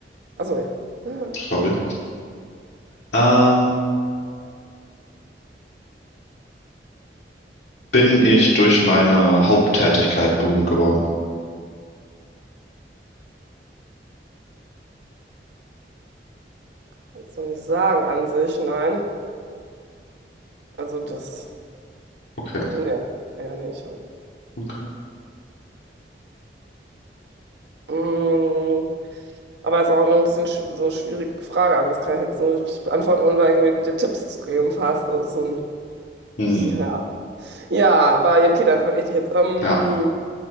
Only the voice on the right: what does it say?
achso, ja. <laughs>
Kannst du nicht sagen an sich, nein. Also das,
nee, eher nicht.
Mm, Aber es ist auch ein bisschen sch- so eine schwierige Frage. Also das kann ich jetzt nur nicht richtig beantworten, ohne da irgendwie dir Tipps zu geben, fast. Das ist so ein.
Ja. Ja, aber ja, okay, dann frage ich dich jetzt. Ähm,